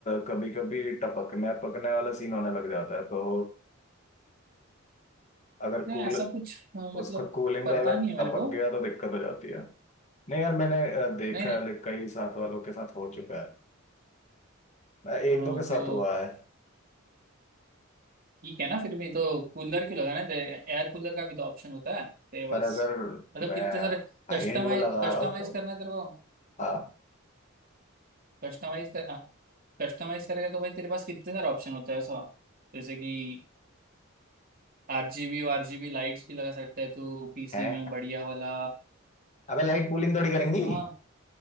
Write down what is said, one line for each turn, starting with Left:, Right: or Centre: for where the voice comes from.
Left: कभी कभी टपकने पकने वाला सीन होने लग जाता है तो अगर
Right: नहीं
Left: कूल
Right: ऐसा कुछ हाँ, मतलब
Left: उसका कूलिंग
Right: पता
Left: का अगर
Right: नहीं है मेरे
Left: टपक
Right: को
Left: गया तो दिक्कत हो जाती है नहीं यार मैंने अ, देखा
Right: नहीं नहीं
Left: है लाइक कई साथ वालों के साथ हो चुका है अ, एक
Right: हाँ
Left: दो के साथ
Right: तो
Left: हुआ है
Right: ठीक है ना फिर भी तो कूलर क्यों लगाना है एयर कूलर का भी तो ऑप्शन होता है तेरे पास
Left: पर अगर
Right: मतलब
Left: मैं
Right: कितने सारे
Left: हाई
Right: कस्टमाइज
Left: एंड वो लगा
Right: कस्टमाइज
Left: रहा हूँ तो
Right: करना है तेरे को
Left: आप
Right: कस्टमाइज कर कस्टमाइज करेगा तो भाई तेरे पास कितने सारे ऑप्शन होता है सो जैसे कि आरजीबी आरजीबी लाइट्स भी लगा सकता है तो पीसी
Left: हैं
Right: में बढ़िया वाला
Left: अबे लाइट कूलिंग थोड़ी करेंगी
Right: हाँ